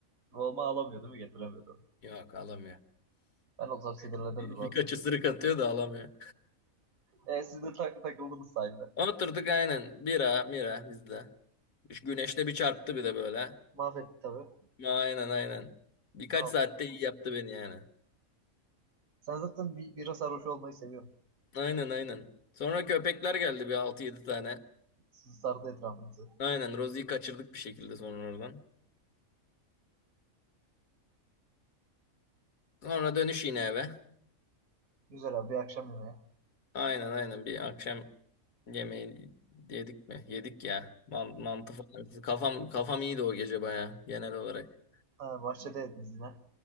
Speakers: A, on the right; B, on the left.
A: Volma alamıyor değil mi? Getiremiyordu.
B: Yok alamıyor.
A: Ben olsam sinirlenirdim
B: <laughs> Birkaç
A: abi.
B: ısırık atıyor da alamıyor.
A: E siz de tak takıldınız sahilde.
B: Oturduk aynen. Bira, mira bizde. Şu Güneşte bir çarptı bir de böyle.
A: Mahvetti tabii.
B: Aynen aynen. Birkaç
A: Tamam.
B: saatte iyi yaptı beni yani.
A: Sen zaten bir, bira sarhoş olmayı seviyorsun.
B: Aynen aynen. Sonra köpekler geldi bir altı yedi tane.
A: Sizi sardı etrafınızı.
B: Aynen Rosie'yi kaçırdık bir şekilde sonra oradan. Sonra dönüş yine eve.
A: Güzel abi bir akşam yemeği.
B: Aynen aynen bir akşam yemeği yedik mi? Yedik ya. Man mantı falan. Kafam, kafam iyiydi o gece baya genel olarak.
A: Ha, bahçedeydiniz yine.